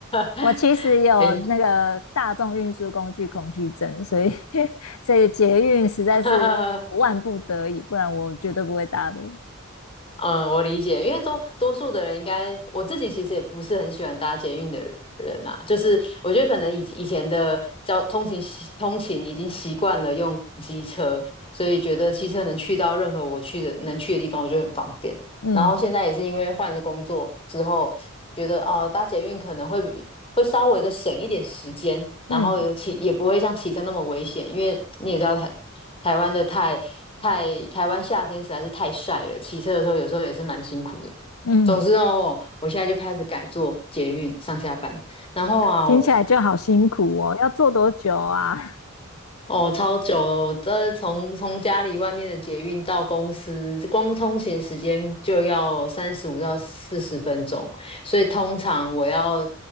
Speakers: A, on the left (about 25°); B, on the left (about 80°).
A: <laughs>
B: 我其实有那个大众运输工具恐惧症，
A: 很
B: 所以 <laughs> 所以捷运实在是万不得已，
A: <laughs>
B: 不然我绝对不会搭的。
A: 嗯，我理解，因为多多数的人应该，我自己其实也不是很喜欢搭捷运的人呐、就是我觉得可能以以前的交通勤习通勤已经习惯了用机车，所以觉得机车能去到任何我去的能去的地方，我觉得很方便。
B: 嗯
A: 然后现在也是因为换了工作之后，觉得哦、搭捷运可能会比会稍微的省一点时间，
B: 嗯
A: 然后尤其也不会像骑车那么危险，因为你也知道台台湾的太太台湾夏天实在是太晒了，骑车的时候有时候也是蛮辛苦的。
B: 嗯，
A: 总之哦，我现在就开始改坐捷运上下班，然后啊，
B: 听起来就好辛苦哦，
A: 我
B: 要坐多久啊？<laughs>
A: 哦，超久了！我这从从家里外面的捷运到公司，光通勤时间就要三十五到四十分钟，所以通常我要